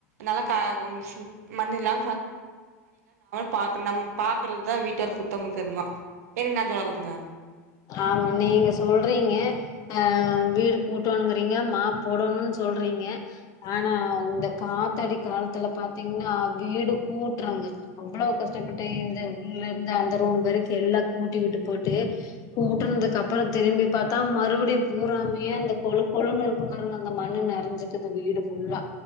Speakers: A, on the right; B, on the left.
A: நல்லா ககும்சும் மண்ண இல்லா <unintelligible> இப்ப நம்ம பாக்கறதுக்தா வீட்டவர்க் சுத்தமு இக்கதுமா ஏனுங் நா சொல்துங்க
B: ஆமா நீங்க சொல்றீங்க அ வீடு கூட்டோணுங்கிறீங்க மாப் போடணுன் சொல்றீங்க ஆனா வுந்த காத்தடி காலத்துல பாத்தீங்னா வீடு கூட்றங்க அவ்ளோ கஷ்டபட்டு இந்த இதுலருந்து அந்த ரூம் வரைக்கி எல்லாக் கூட்டி விட்டு போட்டு கூட்டன்துக்கப்பறந் திரும்பி பாத்தா மறுபுடியு பூராமே அந்த கொழு கொழுனு இருக்கு பாருங்க அந்த மண்ணு நெறஞ்சு துகு வீடு ஃபுல்லா